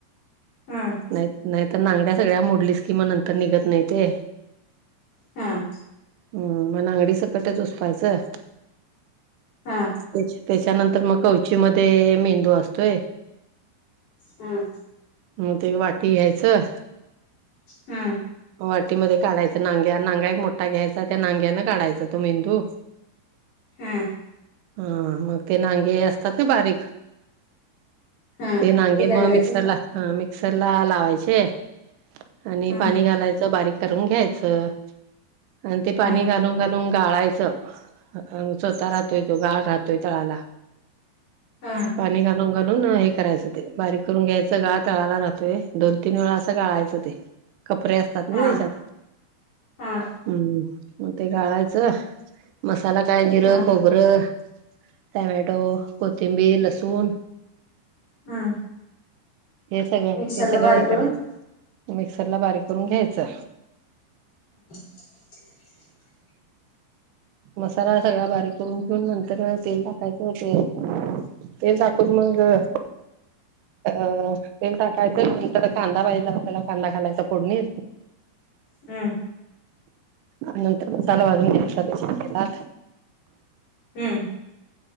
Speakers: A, on the left; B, on the right.
A: हम्म
B: नाही नाहीत नागड्या सगळ्या मोडलीस किमा नंतर निघत नाही ते
A: हां.
B: ह म नाअंगडी, सकटच उसपायचं.
A: हा.
B: तेच त्याच्यानंतर म कवची मध्ये मेंदू असतोय.
A: हां.
B: म, ते वाटी घ्यायचं.
A: हा.
B: वाटीमध्ये काढायच, नांग्या नांग्या एक मोठा घ्यायचा त्या नांग्यान काढायच तो, मेंदू.
A: हां.
B: हा, मगं ते नांगे असतात ना बारीक.
A: हा
B: ते नांगे
A: काय
B: म
A: करायचे
B: मिक्सरला मिक्सरला लावायचे, आणि
A: हा
B: पाणी
A: हा
B: घात. त्याचा बारीक करून घ्यायच आणि ते पाणी
A: हा
B: घालून घा मगं गाळायचं, अ स्वतः राहतोय तो गाळ राहतोय तळाला.
A: हा
B: पाणी घालून घालून हे करायचं ते बारीक करून घ्यायचं गाळ तळाला राहतोय दोन तीन वेळा असं गाळायचं ते. कपडेे असतात, नाही
A: हा
B: त्याच्यात
A: हा
B: हम्म. मग ते गाळायचं, मसाला कायजिरं
A: हा
B: खोबरं. टमॅटो, कोथिंबीर, लसूण.
A: हा.
B: हे सगळं,
A: मिक्सरला
B: हे सगळं,
A: बारीक
B: हे करायचं
A: करून
B: मिक्सर ला बारीक. हेचा
A: <unintelligible>
B: मसाला सगळा बारीक करून घेऊन, नंतर तेल टाकायचं. हो ते ते टाकून मगं अ तेल टाकायचं, नंतर कांदा पाहिजे आपल्याला कांदा खालायचा. फोडणी
A: हम.
B: आ नंतर, मसाला भाजून न घला
A: हम्म.